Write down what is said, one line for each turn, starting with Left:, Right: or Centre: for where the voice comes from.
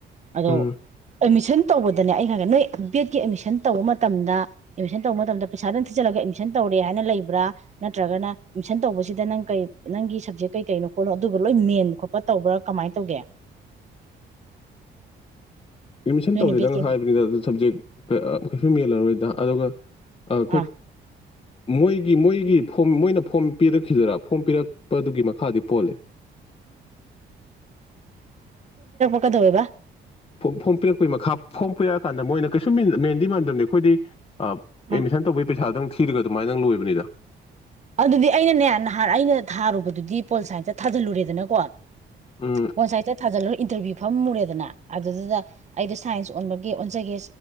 Right: ꯑꯗꯣ
Left: ꯎꯝ
Right: ꯑꯦꯗꯃꯤꯁꯟ ꯇꯧꯕꯗꯅꯦ ꯑꯩꯅ ꯈꯪ ꯅꯣꯏ ꯕꯤ ꯑꯦꯗꯀꯤ ꯑꯦꯗꯃꯤꯁꯟ ꯇꯧꯕ ꯃꯇꯝꯗ ꯑꯦꯗꯃꯤꯁꯟ ꯇꯧꯕ ꯃꯇꯝꯗ ꯄꯩꯁꯥ ꯗꯪ ꯊꯤꯖꯤꯜꯂꯒ ꯑꯦꯗꯃꯤꯁꯟ ꯇꯧꯔꯦ ꯍꯥꯏꯅ ꯂꯩꯕ꯭ꯔꯥ ꯅꯠꯇ꯭ꯔꯒꯅ ꯑꯦꯃꯤꯁꯟ ꯇꯧꯕꯖꯤꯗ ꯅꯪ ꯀꯩ ꯅꯪꯒꯤ ꯁꯕꯖꯦꯛ ꯀꯩ ꯀꯩꯅꯣ ꯈꯣꯠꯅꯣ ꯑꯗꯨꯒ ꯂꯣꯏ ꯃꯦꯟ ꯈꯣꯠꯄ ꯇꯧꯕ꯭ꯔꯥ ꯀꯃꯥꯏ ꯇꯧꯒꯦ
Left: ꯑꯦꯃꯤꯁꯟ
Right: ꯅꯣꯏꯅ
Left: ꯇꯧꯔꯦꯗꯪ
Right: ꯕꯦꯠꯀꯤ
Left: ꯍꯥꯏꯕꯅꯤꯗ ꯑꯗꯨ ꯁꯞꯖꯦꯛ ꯀꯩꯁꯨꯝ ꯍꯦꯜꯂꯔꯣꯏꯗ ꯑꯗꯨꯒ ꯑ ꯈꯣꯏ
Right: ꯑꯥ
Left: ꯃꯣꯏꯒꯤ ꯃꯣꯏꯒꯤ ꯐꯣꯝ ꯃꯣꯏꯅ ꯐꯣꯝ ꯄꯤꯔꯛꯈꯤꯗꯔꯥ ꯐꯣꯝ ꯄꯤꯔꯛꯄꯗꯨꯒꯤ ꯃꯈꯥꯗꯤ ꯄꯣꯜꯂꯦ
Right: ꯀꯗꯧꯌꯦꯕ
Left: ꯐꯣꯝ ꯄꯤꯔꯛꯄꯒꯤ ꯃꯈꯥ ꯐꯣꯝ ꯄꯤꯔꯛꯑꯀꯥꯟꯗ ꯃꯣꯏꯅ ꯀꯩꯁꯨ ꯃꯦꯟꯗꯤ ꯃꯥꯟꯗꯕꯅꯤꯀꯣ ꯈꯣꯏꯗꯤ ꯑ
Right: ꯑꯥ
Left: ꯑꯦꯃꯤꯁꯟ ꯇꯧꯕꯩ ꯄꯩꯁꯥ ꯗꯪ ꯊꯤꯔꯒ ꯑꯗꯨꯃꯥꯏ ꯗꯪ ꯂꯣꯏꯕꯅꯤꯗ
Right: ꯑꯗꯨꯗꯤ ꯑꯩꯅꯅꯦ ꯅꯍꯥꯟ ꯑꯩꯅ ꯊꯥꯔꯨꯕꯗꯨꯗꯤ ꯄꯣꯜ ꯁꯥꯏꯟꯁꯇ ꯊꯥꯖꯤꯜꯂꯨꯔꯦꯗꯅꯀꯣ
Left: ꯎꯝ
Right: <unintelligible> ꯏꯟꯇꯔꯕꯤꯌꯨ ꯐꯝꯃꯨꯔꯦꯗꯅ ꯑꯗꯨꯗꯨꯗ ꯑꯩꯗꯣ ꯁꯥꯏꯟꯁ ꯑꯣꯟꯕꯒꯤ ꯑꯣꯟꯖꯒꯦ